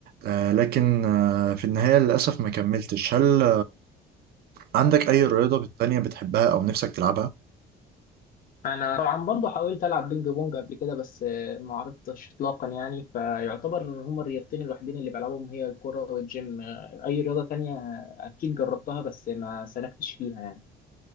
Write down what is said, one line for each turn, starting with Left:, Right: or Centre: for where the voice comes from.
Right: آه، لكن آه، في النهاية للأسف ما كملتش هل عندك أي رياضة تانية بتحبها أو نفسك تلعبها
Left: انا طبعا برضه حاولت العب بينج بونج قبل كده بس آه، ما عرفتش اطلاقا يعني فيعتبر إن هما الرياضتين الوحيدين اللي بلعبهم هي الكوره والجيم آه، اي رياضه تانية آه، اكيد جربتها بس ما سلكتش فيها يعني